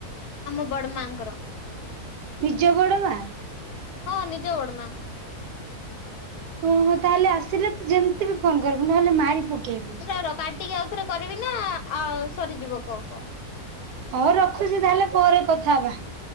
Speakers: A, on the left; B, on the right.
A: ଆମ ବଡ ମାଆଙ୍କର।
B: ନିଜ ବଡ ମା।?
A: ହଁ ନିଜ ବଡମା।
B: ହଁ ହ ତାହେଲେ ଆସିଲେ ଯେମ୍ ତି ବି ଫୋନ କରିବୁ ନହେଲେ ମାରି ପକେଇବି।
A: ତୋର କାଟିକି ଆଉଥରେ କରିବି ନା ଆଉ ସରିଯିବ କ କ
B: ଅ ରଖୁଛି ତାହେଲେ ପରେ କଥା ହବା।